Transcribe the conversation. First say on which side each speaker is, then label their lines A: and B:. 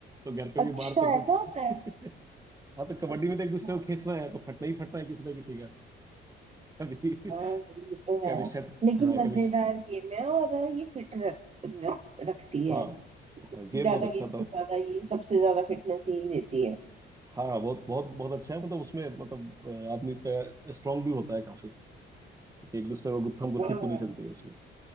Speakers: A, on the right; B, on the right.
A: तो घर पे
B: अच्छा
A: भी मार पड़ती
B: ऐसा
A: थी
B: होता है
A: <laughs> हाँ तो
B: अच्छा
A: कबड्डी में तो एक दूसरे को खींचना है तो फटना ही फटना है किसी ना किसी का <laughs> कभी
B: हाँ ये तो है
A: कभी शर्ट
B: लेकिन
A: हाँ कभी
B: मजेदार
A: श-
B: गेम है और ये फिट रख, रख, रखती
A: हाँ
B: है
A: हाँ
B: ज्यादा
A: गेम बहुत अच्छा
B: गेम
A: था
B: से ज्यादा ये सबसे ज्यादा फिटनेस यही देती है
A: हाँ हाँ, बहुत बहुत बहुत अच्छा है मतलब उसमें मतलब अ, आदमी तो स्ट्रांग भी होता है काफी क्योंकि एक दूसरे को गुत्थम गुत्थी
B: हाँ
A: पूरी चलती है उसमें